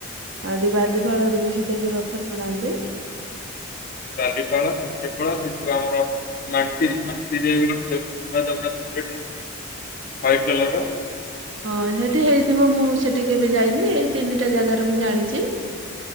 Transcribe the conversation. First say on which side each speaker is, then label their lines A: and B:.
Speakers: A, on the right; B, on the left.
A: ଆଉ ଏଠି ବାଲିପାଳରେ ବି ସେଟା କିି ରଥ ଟାଣାନ୍ତି।
B: ବାଲିପାଳ କେବଳ ସେ ଯିବଉ ଆମର ମାନ୍ତିର ମାନ୍ତିର ଗୋଟେ ଯ ନୂଆ ଜଗନ୍ନାଥ ମନ୍ଦିର ଟିଏ ୱାଇଟ କଲର୍ ର।
A: ହଁ ସେଠି ହେଇଥିବ ମୁଁ ସେଠି କେବେ ଯାଇନି ଏଇ ତିନିଟା ଜାଗାରେ ମୁଁ ଜାଣିଛି।